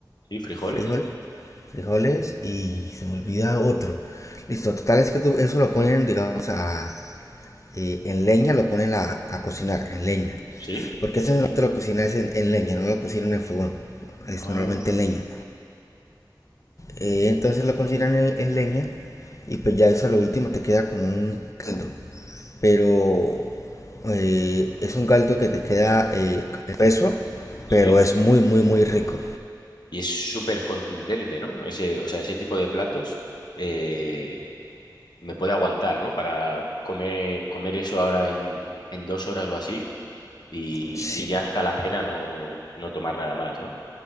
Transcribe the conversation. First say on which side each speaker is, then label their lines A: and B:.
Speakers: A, on the left; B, on the left.
A: ¿Sí? ¿Frijoles?
B: frijol, frijoles y se me olvida otro. Listo, total es que tú, eso lo ponen, digamos, a, eh, en leña, lo ponen a, a cocinar, en leña.
A: ¿Sí?
B: Porque eso normalmente lo cocinas en, en leña, no lo cocinan en fogón. Es
A: Ah,
B: normalmente en leña. Eh, entonces lo consideran en, en leña y pues ya eso a lo último te queda como un caldo. Pero eh, es un caldo que te queda eh, espeso,
A: sí.
B: pero es muy, muy, muy rico.
A: y es súper contundente, ¿no? Ese, o sea, ese tipo de platos eh, me puede aguantar, ¿no? Para comer, comer eso ahora en, en dos horas o así y,
B: Si,
A: y ya hasta la cena no, no tomar nada más, ¿no?